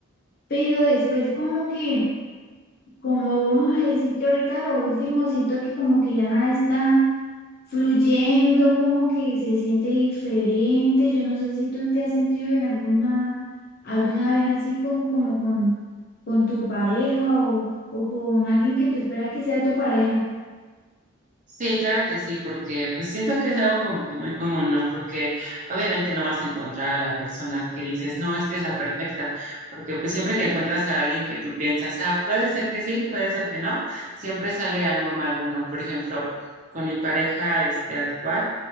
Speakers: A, on the left; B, on the right.
A: pero después como que, como vamos a decir que ahorita lo último, siento que como que ya nada está. fluyendo, como que se siente diferente. Yo no sé si tú te has sentido en alguna, alguna vez así con, como con, con tu pareja o, o con alguien que tú esperas que sea tu pareja.
B: Sí, claro que sí, porque pues siento que es algo como que muy común, ¿no? Porque obviamente no vas a encontrar a la persona que dices, no, es que es la perfecta, porque pues siempre que encuentras a alguien que tú piensas, ah, puede ser que sí, puede ser que no, siempre sale algo malo, ¿no? Por ejemplo, con mi pareja este actual.